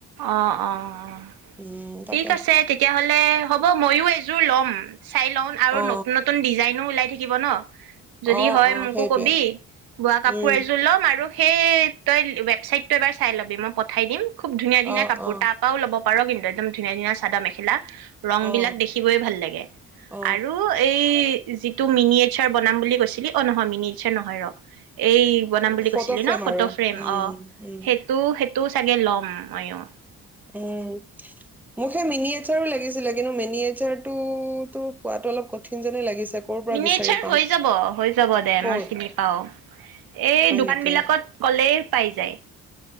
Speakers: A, on the right (about 65°); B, in the centre.
A: অ', অ', অ'।
B: উম তাকে-
A: ঠিক আছে তেতিয়াহলে হ'ব মইয়ো এইযোৰ ল'ম। চাই লও আৰু
B: অ
A: নতুন নতুন ডিজাইনো ওলাই থাকি- কিব ন যদি
B: অ
A: হয়
B: অ
A: মোকো
B: সেইটোৱে
A: কবি বোৱা কাপোৰ
B: উম
A: এযোৰ ল'ম আৰু- সেই তই ৱেবছাইট- ত এবাৰ চাই ল'বি মই পঠাই দিম। খুব ধুনীয়া ধুনীয়া
B: অ
A: কাপোৰ
B: অ
A: তাৰ পৰাও ল'ব- পাৰ কিন্তু একদম ধুনীয়া ধুনীয়া চাদৰ মেখেলা- ৰং
B: অ
A: বিলাক দেখিবই ভাল লাগে
B: অ
A: আৰু এই যি- তো মিনি এচাৰ বনাম বুলি কৈছিলি অ নহয় মিনি এচাৰ নহয় ৰ- এই বনাম বুলি
B: ফটো
A: কৈছিলি
B: ফ্ৰেম
A: ন ফটো
B: আৰু
A: ফ্ৰেম
B: উম
A: অ
B: উম।
A: সেইটো সেইটো চাগে ল'ম মইয়ো।
B: উম মোক সেই মিনি এছাৰো লাগিছিলে কিন্তু মিনি এচাৰ টো তো কোৱাটো অলপ কঠিন যেনে লাগিছে। ক'ৰ পৰা
A: মিনীয়াচাৰ
B: বিচাৰি পাম
A: হৈ যাব হৈ যাব দে
B: ক'ত
A: মই চিনি পাওঁ এই
B: হয়
A: দোকান
B: নেকি
A: বিলাকত ক'লেই- পাই যায়।